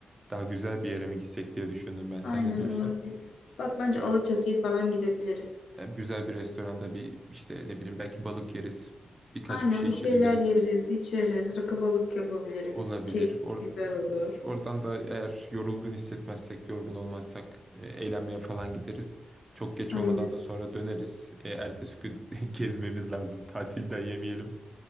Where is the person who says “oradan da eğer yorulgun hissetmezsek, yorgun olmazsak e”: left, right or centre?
Right